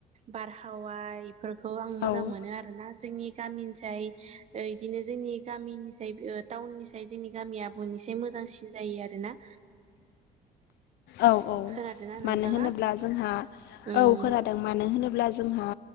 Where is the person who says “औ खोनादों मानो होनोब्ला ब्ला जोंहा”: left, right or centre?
Left